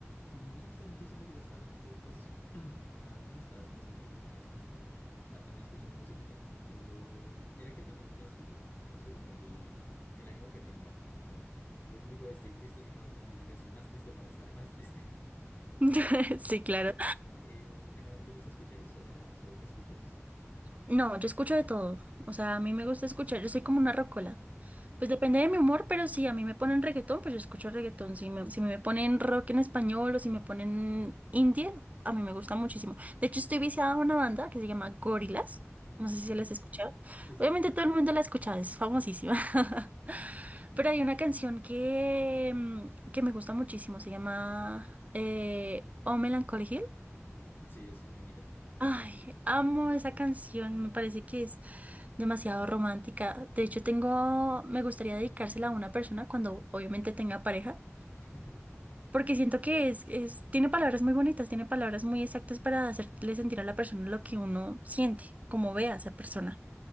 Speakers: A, on the left; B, on the right.
A: mm, No, justamente hace poquito estaba justo pues <clears throat> relajándome, estaba descansando y es mi descansito. Estaba también escuchando musiquita. Tiendo... Mira que también tiendo a escuchar mucho según el, el ánimo que tenga. Lo típico de estoy triste, así que me voy a poner una canción más triste para estar más triste. <laughs>
B: <laughs> Sí, claro.
A: Eh, en general, ¿te gusta escuchar eso, baladas o qué escuchas?
B: No, yo escucho de todo. O sea, a mí me gusta escuchar, yo soy como una rocola. Pues depende de mi humor, pero si a mí me ponen reggaetón, pues yo escucho reggaetón. Si me, si me ponen rock en español o si me ponen indie, a mí me gusta muchísimo. De hecho, estoy viciada a una banda que se llama Gorillaz. No sé si
A: Mm,
B: se las ha escuchado.
A: sí, sí,
B: Obviamente
A: obviamente.
B: todo el mundo la ha escuchado, es famosísima. <laughs> Pero hay una canción que, mm, que me gusta muchísimo, se llama eh, Oh Melancholy Hill.
A: Sí, es súper bonita.
B: Ay, amo esa canción, me parece que es demasiado romántica. De hecho, tengo, me gustaría dedicársela a una persona cuando obviamente tenga pareja,
A: <laughs>
B: porque siento que es, es, tiene palabras muy bonitas, tiene palabras muy exactas para hacerle sentir a la persona lo que uno siente, como ve a esa persona.